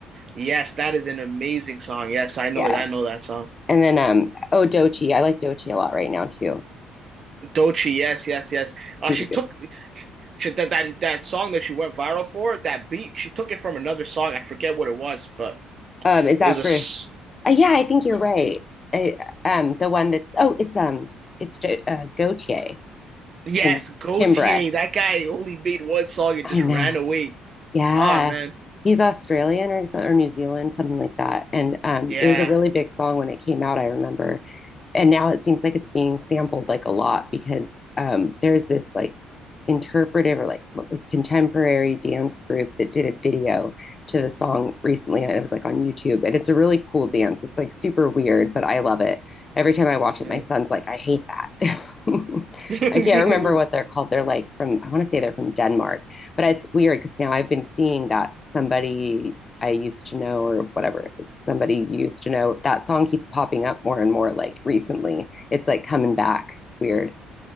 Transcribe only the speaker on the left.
Yeah.
And then um oh Dochi. I like Dochi a lot right now too.
She's
a good
um is that
for
uh, yeah, I think you're
right. I, um the one that's oh it's um it's Do- uh, Gautier
and
Kimbra.
I
know.
Yeah.
He's Australian or so- or New Zealand, something like that. And um
it was a really big song when it came out, I remember. and now it seems like it's being sampled like a lot because um, there's this like interpretive or like, like contemporary dance group that did a video to the song recently and it was like on YouTube and it's a really cool dance.
It's like super weird, but I love it. Every time I watch
it, my son's like, I hate that. <laughs>
I can't remember what they're called. They're like from I want to say they're from Denmark, but it's weird because now I've been seeing that somebody I used to know or whatever. It's somebody you used to know. That song keeps popping up more and more like recently. It's like coming back. It's weird.